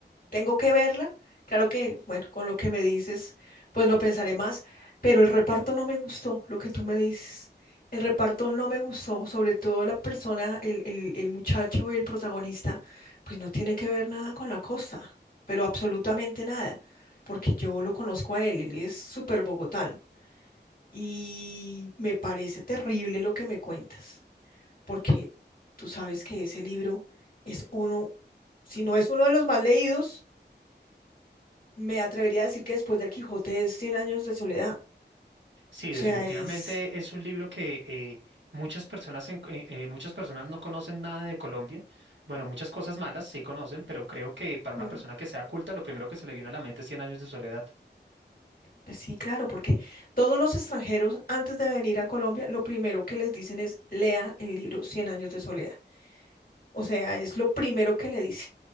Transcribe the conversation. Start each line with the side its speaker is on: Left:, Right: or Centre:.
Left: tengo que verla. Claro que, bueno, con lo que me dices, pues lo pensaré más, pero el reparto no me gustó, lo que tú me dices. El reparto no me gustó, sobre todo la persona, el, el, el muchacho, el protagonista, pues no tiene que ver nada con la costa, pero absolutamente nada, porque yo lo conozco a él, él es súper bogotano y me parece terrible lo que me cuentas, porque tú sabes que ese libro es uno, si no es uno de los más leídos, me atrevería a decir que después del Quijote es Cien años de soledad.
Right: Sí,
Left: O
Right: definitivamente
Left: sea, es...
Right: es un libro que eh, muchas personas en- eh, eh, muchas personas no conocen nada de Colombia. Bueno, muchas cosas malas sí conocen, pero creo que para
Left: mm,
Right: una persona que sea culta, lo primero que se le viene a la mente es Cien años de soledad.
Left: pues sí, claro, porque todos los extranjeros antes de venir a Colombia, lo primero que les dicen es lea el libro Cien años de soledad. O sea, es lo primero que le dicen.